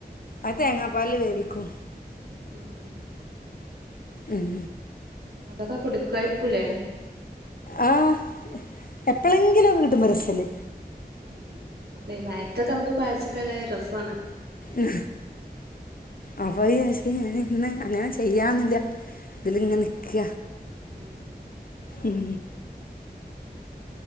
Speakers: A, on the left; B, on the right.
A: അത്‌ തേങ്ങാ പാല് വേവിക്കും.
B: ഉം
A: ഉം
B: അതൊക്കെ കുടുക്കുയിരിക്കൂല്ലേ?
A: ആഹ എപ്പോളെങ്കിലും കിട്ടുമ്പോ രസല്ലേ?
B: ആ അല്ലേ മയത്തൊക്കെ നമുക്ക് പായസക്കായ രസണ്.
A: ഉ അപ്പ ഇന്ന അങ്ങനെ. ചെയ്യാന്നില്ല ഇതിലിങ്ങനെ നിക്ക
B: ഉം
A: ഉം